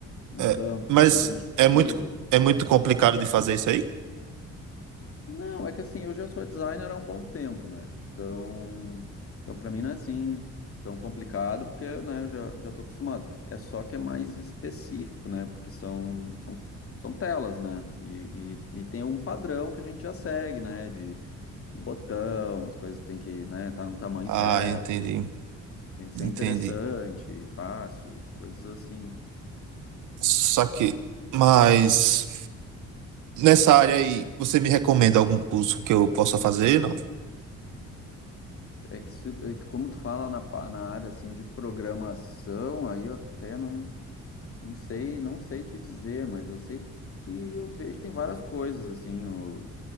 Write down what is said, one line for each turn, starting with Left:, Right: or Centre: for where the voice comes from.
Left: um
Right: É,
Left: campo
Right: mas
Left: para preencher
Right: é muito,
Left: aquilo.
Right: é muito complicado de fazer isso aí?
Left: Não, é que assim, eu já sou designer há um bom tempo, né? Então, então para mim não é assim tão complicado, porque, né, eu já, já tô acostumado. É só que é mais específico, né? Porque são, são, são telas, né? E, e, e tem um padrão que a gente já segue, né? De, de botão, as coisas tem que, né, tá no tamanho
Right: Ah,
Left: certo,
Right: entendi.
Left: tem que ser
Right: Entendi.
Left: interessante, fácil, coisas assim.
Right: Saquei. Mas nessa área aí, você me recomenda algum curso que eu possa fazer? Não.
Left: É que, se- é que como tu fala na, pa- na área, assim, de programação, aí eu até não... Não sei, não sei te dizer, mas eu sei que eu vejo tem várias coisas assim, o-